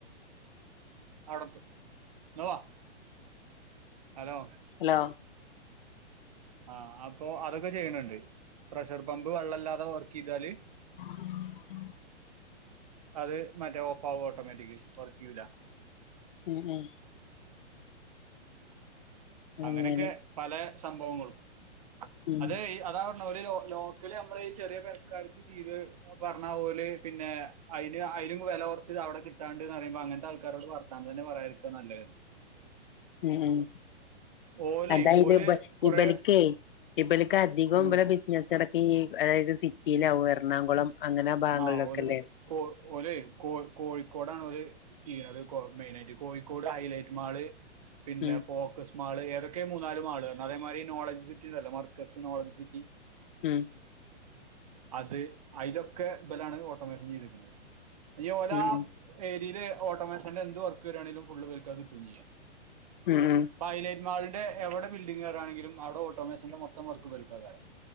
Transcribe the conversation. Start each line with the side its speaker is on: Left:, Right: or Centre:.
Right: അവടത്തും ന്ന വാ ഹലോ
Left: ഹലോ
Right: ആഹ് അപ്പൊ അതൊക്കെ ചെയ്യണണ്ട് പ്രഷർ പമ്പ് വെള്ളല്ലാതെ വർക്ക് ചെയ്താല്.
Left: ഉ <unintelligible>
Right: അത് മറ്റേ ഓഫ് ആവും ഓട്ടോമാറ്റിക് വർക്ക് ചെയ്യൂല
Left: ഉം ഉം
Right: അങ്ങനെയൊക്കെ
Left: അങ്ങനെ
Right: പല സംഭവങ്ങളും
Left: ഉം
Right: അത് അതാ ഒര് ലോ ലോക്കല് നമ്മളി ചെറിയ പെരക്കാർക്ക് ചെയ്ത് പറഞ്ഞാ ഓല് പിന്നെ അയിന് അയിലും വെല കൊറച്ചത് അവിടെ കിട്ടാണ്ട്ന്ന് പറയുമ്പോ അങ്ങനത്തെ ആൾക്കാരോട് വർ താൻ തന്നെ പറയാരിക്ക നല്ലേ
Left: ഉം
Right: ഓല്
Left: അതായത്
Right: ഓല്
Left: ഇബ
Right: കൊറേ
Left: ഇബല്ക്കേ ഇബലക്ക് അധികോം
Right: ഉം
Left: ഇബലെ ബി ഞാനിടക്ക് അതായത് സിറ്റിയിലാകും എറണാകുളം അങ്ങനെ ആ ഭാഗങ്ങളിലൊക്കെല്ലേ
Right: ആഹ് ഓല് കോ ഓലെയ് കോ കോഴിക്കോടാണോല് ചെയ്യണത് മെയിനയിട്ട് കോഴിക്കോട് ഹൈലൈറ്റ് മാള് പിന്നെ
Left: ഉം
Right: ഫോക്കസ് മാള് ഏതൊക്കെ മൂന്നാല് മാള്കള് അതേ മാരി നോളജ് സിറ്റിണ്ടല്ലോ മർക്കസ് നോളജ് സിറ്റി
Left: ഉം
Right: അത് അയിലൊക്കെ ബലാണ് ഓട്ടോമേഷൻ ചെയ്തിക്കണത് ഇഞ്ഞി ഓലാ
Left: ഉം
Right: ഏരീല് ഓട്ടോമേഷന്റെ എന്ത് വർക്ക് വരാണെലും ഫുള്ളിവൽക്ക കിട്ടും ചെയ്യാ
Left: ഉം
Right: പ്പൊ ഹൈലൈറ്റ് മാളിന്റെ എവിടെ ബിൽഡിംഗ് വരാണെങ്കിലും അവിടെ ഓട്ടോമേഷന്റെ മൊത്തം വർക്ക് ഇവര്ക്കേക്കാരം